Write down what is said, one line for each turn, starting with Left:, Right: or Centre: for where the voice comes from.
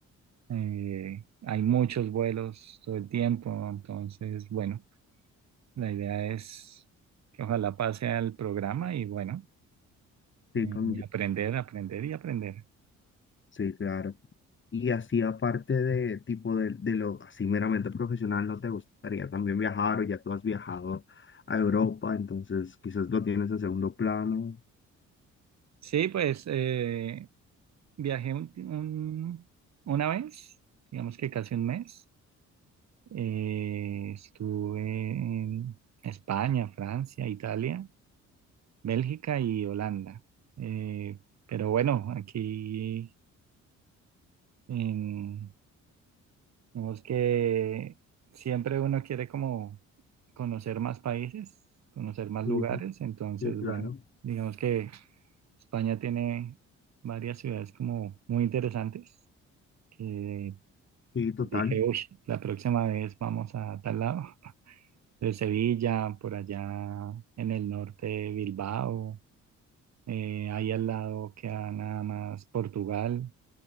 Right: eh, hay muchos vuelos todo el tiempo. Entonces, bueno, la idea es que ojalá pase al programa y bueno,
Left: Sí,
Right: eh,
Left: con-
Right: aprender, aprender y aprender.
Left: Sí, claro. Y así aparte de tipo de, de lo así meramente profesional, ¿no te gustaría también viajar o ya tú has viajado a Europa? Entonces quizás lo tienes en segundo plano.
Right: Sí, pues eh, viajé un- un- una vez, digamos que casi un mes. Eh, estuve en España, Francia, Italia Bélgica y Holanda. Eh, pero bueno, aquí en- vemos que siempre uno quiere como conocer más países, conocer más
Left: Sí,
Right: lugares,
Left: sí,
Right: entonces
Left: sí, claro.
Right: bueno, digamos que España tiene varias ciudades como muy interesantes que
Left: Sí, total.
Right: dije, uy, la próxima vez vamos a tal lado. De Sevilla, por allá en el norte, Bilbao, eh, ahí al lado queda nada más Portugal